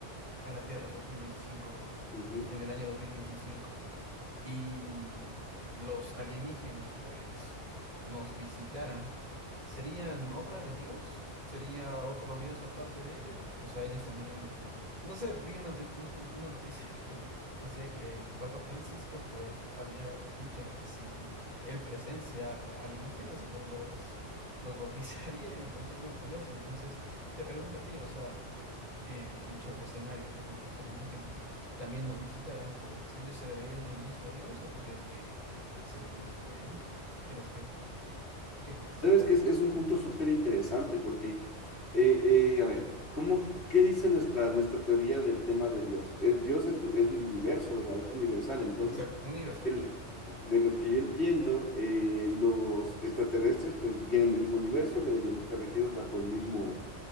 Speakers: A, on the right; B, on the left.
A: a la Tierra 2025,
B: ujú.
A: en el año 2025? y los alienígenas pues nos visitaran, ¿serían obra de Dios? ¿Sería otro Dios aparte de ellos? O sea, ellos también, no sé, vi una, noti- un- una noticia <laughs> que decía que el Papa Francisco pues había dicho que si él presencia eh, alienígenas pues los, los bautizaría y me parecía algo curioso. Entonces, te pregunto a ti, o sea en dicho escenario donde los alienígenas también nos visitaran, pues ellos se deberían al mismo Dios o tú crees que sería un Dios diferente? ¿Crees que, qué crees?
B: Sabes que es, es un punto súper interesante porque, eh, eh, a ver, ¿cómo, qué dice nuestra, nuestra teoría del tema de Dios? Eh, Dios es, es del universo, ¿verdad? Es universal. Entonces,
A: Exacto, universal.
B: el- de lo que yo entiendo, eh, los extraterrestres pues vienen del mismo universo, deberían estar regidos bajo el mismo,